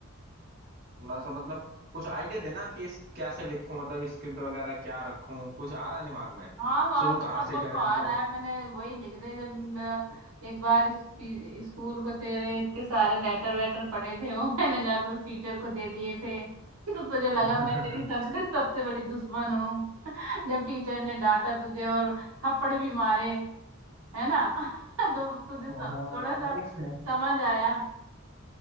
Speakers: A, on the right; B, on the right.
A: थोड़ा सा मतलब कुछ आइडिया देना कि इस कैसे लिखूं मतलब स्क्रिप्ट वगैरह क्या रखूं कुछ आ रहा है दिमाग में
B: हाँ वहाँ
A: शुरू
B: थोड़ा
A: कहाँ
B: बहुत
A: से करें
B: तो आ
A: मतलब
B: रहा है मैंने वही लिख दे जब मैं एक बार स्पी- स्कूल को तेरे इतने सारे लेटर वेटर पड़े थे वो <laughs> मैंने जाकर टीचर को दे दिए थे तो तुझे लगा
A: <laughs>
B: मैं तेरी सबसे सबसे बड़ी दुश्मन हूँ जब टीचर ने डांटा तुझे और थप्पड़ भी मारे है ना <laughs> तो तुझे
A: वहाँ
B: सब- थोड़ा सा
A: मतलब
B: समझ आया